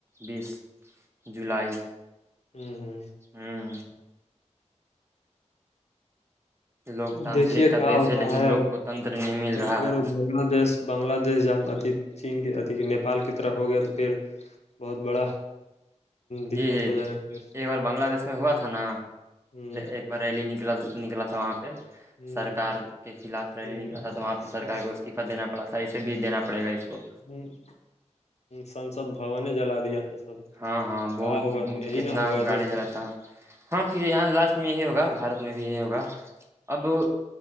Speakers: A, on the right; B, on the left.
A: بیس جولائی
B: ہوں ہوں
A: ہوں لوکتانترک
B: ا دیکھیے
A: کا
B: کیا
A: دیش
B: ہوتا
A: لیکن
B: ہے
A: لوگ
B: اب
A: کو تنتر نہیں مل رہا
B: اگر
A: ہے
B: وہ بنگلہ دیش بنگلہ دیش جب ادھی چین کی ادھی نیپال کی طرف ہو گیا تو پھر بہت بڑا دقت
A: جی جی
B: ہو جائے گا پھر
A: ایک بار بنگلہ دیش میں ہوا تھا نا
B: ہ
A: ایک بریلی نکلا نکلا تھا وہاں پہ
B: ہ
A: سرکار کے خلاف ریلی
B: ہ
A: نکلا تھا تو وہاں پہ سرکار کو استعفہ دینا پڑا تھا اسسے بھی دینا پڑے گا اس کو
B: ہی <inaudible> سنسد بھنے جلا دیا تھا سب
A: ہاں ہاں بہت
B: کیا ہوگا تو یہی
A: کتنا
B: نہ ہوگا
A: گاڑی
B: جب
A: جھڑا ہاں پھر یہاں لاسٹ میں یہی ہوگا بارت میں بھی یہی ہوگا اب